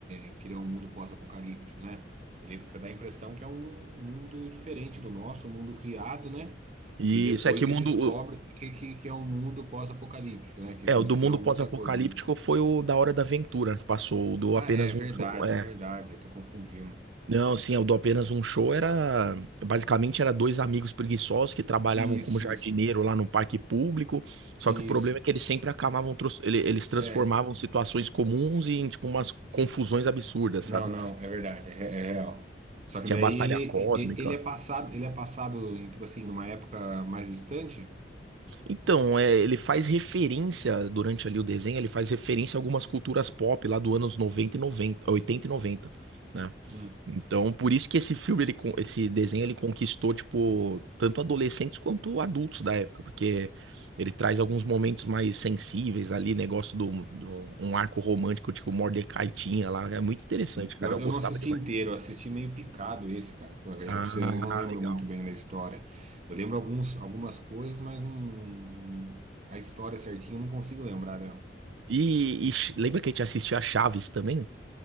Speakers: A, on the right; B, on the right.
A: é que ele é um mundo pós-apocalíptico, né? Ele você dá a impressão que é um mundo diferente do nosso, um mundo criado, né?
B: Isso,
A: E depois
B: é que
A: você
B: o mundo,
A: descobre que, que, que é um mundo pós-apocalíptico, né? Que
B: É,
A: aconteceu
B: o do mundo pós-apocalíptico
A: muita coisa, né?
B: foi o da Hora da Aventura que passou, o do
A: Ah,
B: apenas
A: é verdade,
B: um show, é.
A: é verdade. Eu tô confundindo.
B: Não, sim, é, o do apenas um show era basicamente era dois amigos preguiçosos que trabalhavam
A: Isso,
B: como jardineiro
A: isso,
B: lá no parque público. Só
A: isso.
B: que o problema é que eles sempre acabavam tros- ele- eles transformavam
A: É.
B: situações comuns em tipo umas confusões absurdas,
A: Não,
B: sabe?
A: não, é verdade, é, re- é real. Só que
B: Tinha
A: daí
B: batalha
A: ele,
B: cósmica.
A: e- ele é passado, ele é passado em, tipo assim, numa época mais distante.
B: Então, é, ele faz referência durante ali o desenho, ele faz referência a algumas culturas pop lá do anos 90 e 90 80 e noventa né?
A: Hum.
B: Então, por isso que esse filme, ele, con- esse desenho, ele conquistou, tipo, tanto adolescentes quanto adultos da época, porque ele traz alguns momentos mais sensíveis ali, negócio do, do- um arco romântico, tipo, Mordecai tinha lá, é muito interessante, cara,
A: Eu,
B: eu
A: eu
B: gostava
A: não assisti
B: demais.
A: inteiro, eu assisti meio picado esse, cara, pra falar a verdade.
B: Ah,
A: pra você, Eu não lembro
B: legal.
A: muito bem da história. Eu lembro alguns, algumas coisas, mas não- a história certinha eu não consigo lembrar dela.
B: E, e Ch- lembra que a gente assistia a Chaves também?